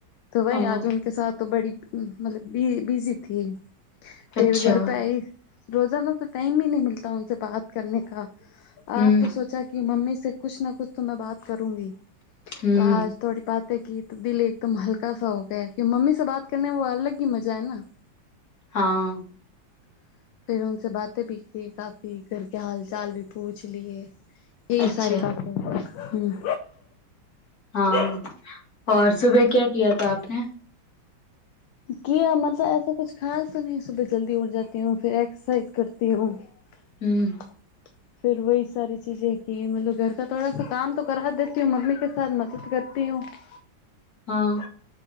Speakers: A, on the left; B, on the left.
A: તો વહી
B: હા
A: આજકે સાથ તો બડી મતલબ બ બિઝી થી. ફીર
B: અચ્છા
A: ઘર પે આઈ રોજાના તો ટાઈમ હી નહીં મીલતા ઉનશે બાત કરને કા.
B: હમ
A: આજ તો સોચા કે મમ્મી સે કુછ ના કુછ તો મે બાત કરુંંગી
B: હમ
A: તો આજ થોડી બાત કી તો દિલ એકદમ હલકા સા હો ગયા કે મમ્મી સે બાત કરને અલગ હી મજા હેના. <inaudible>
B: હા.
A: <inaudible> ફીર ઉનસે બાતે ભી કી કાફી ઘર કે હાલ ચાલ ભી પુછ લીયે. <unintelligible>
B: અચ્છા
A: હમ.
B: હા ઓર સુભે કયા કીયા થા આપને?
A: કીયા એસા કુછ ખાસ નહીં સુભે જલ્દી ઉઠ જાતી હું <unintelligible> કરતી હું <inaudible>
B: હમ
A: <inaudible> <unintelligible>
B: હા